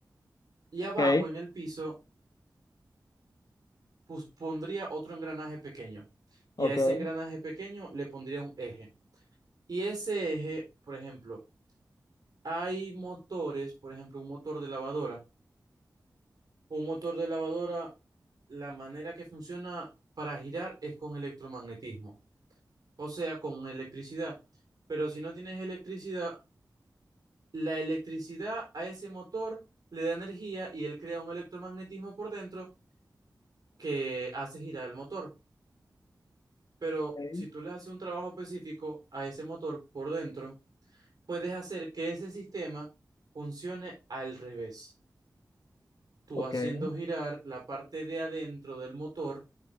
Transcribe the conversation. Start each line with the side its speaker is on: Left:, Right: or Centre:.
Right: Y
Left: Ok,
Right: abajo, en el piso, pus- pondría otro engranaje pequeño. Y
Left: ok,
Right: a ese engranaje pequeño le pondría un eje. Y ese eje, por ejemplo, hay motores, por ejemplo, un motor de lavadora Un motor de lavadora, la manera que funciona para girar es con electromagnetismo, o sea, con electricidad. Pero si no tienes electricidad, la electricidad a ese motor le da energía y él crea un electromagnetismo por dentro que hace girar el motor. Pero
Left: ok,
Right: si tú le haces un trabajo específico a ese motor por dentro, puedes hacer que ese sistema funcione al revés. Tú
Left: ok.
Right: haciendo girar la parte de adentro del motor